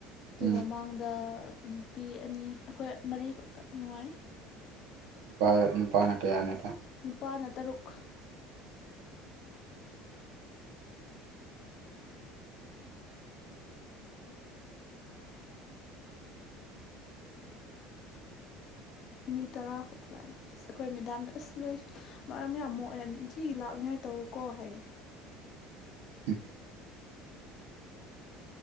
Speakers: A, on the left; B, on the right.
A: ꯑꯗꯨꯒ
B: ꯎꯝ
A: ꯃꯥꯡꯗ ꯅꯨꯄꯤ ꯑꯅꯤ ꯑꯩꯈꯣꯏ ꯃꯔꯤꯈꯛꯇ ꯅꯨꯡꯉꯥꯏ
B: ꯅꯨꯄꯥ ꯅꯨꯄꯥꯅ ꯀꯌꯥꯅꯦꯕ
A: ꯅꯨꯄꯥꯅ ꯇꯔꯨꯛ ꯃꯤ ꯇꯔꯥ ꯈꯛꯇꯥ ꯂꯥꯛꯑꯦ ꯑꯁ ꯑꯩꯈꯣꯏ ꯃꯦꯗꯥꯝꯅ ꯑꯁ ꯅꯣꯏ ꯃꯔꯝ ꯌꯥꯝ ꯃꯣꯛꯑꯦ ꯅꯤꯡꯊꯤꯒꯤ ꯂꯥꯛꯅꯤꯡꯉꯥꯏ ꯇꯧꯀꯣ ꯍꯥꯏꯌꯦ
B: ꯎꯝ